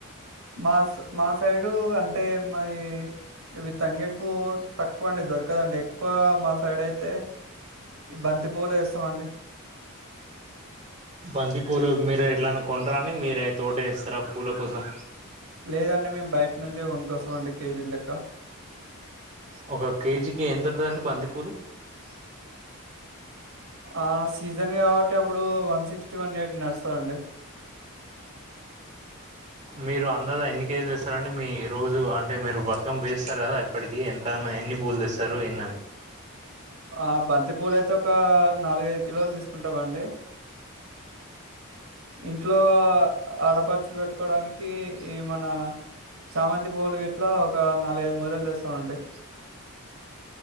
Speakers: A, on the right; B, on the right.
A: మా సై మా సైడు అంటే మాది ఇవి తంగేడుపూ తక్కువ అండి దొరకదండి ఎక్కువ మా సైడ్ అయితే ఈ బంతి పూలే వేస్తామండి
B: బంతి పూలు మీరు ఎట్లానే కొంటార అని మీరే తోట ఇస్తారా పూల కోసం
A: లేదండి మేము బయట నుంచే కొనుకోసాం అండి కేజీల లెక్క
B: ఒక కేజీకి ఎంత ఉంటదండి బంతిపూలు
A: ఆ ఆ సీజన్ కాబట్టి అప్పుడు వన్ సిక్స్టీ వన్ ఎటీ నస్తుందిండి
B: మీరు అందా ఎన్ని కేజీలు ఇస్తారడి మీ రోజు అంటే మీరు బతకమ్ పేరుస్తారు కదా ఇప్పటికి ఎంతన్నా ఎన్ని పూలు తెస్తారు ఎందని
A: ఆ బంతి పూల అయితే ఒక నాలుగైదు కిలోలు తీసుకుంటామండి ఇంట్లో ఆడపరుచులు పెట్టుకోవడానికి ఈ మన చామంతి పూలుట్ ఇట్లో ఒక నాలుగైఐదు మూ రళ్లు తెస్తాం అండి